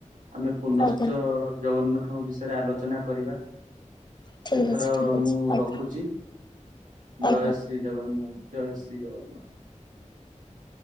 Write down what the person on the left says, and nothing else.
ଆଜ୍ଞା
ଠିକ୍
ଅଛି ଠିକ୍ ଅଛି
ଆଜ୍ଞା
ଆଜ୍ଞା।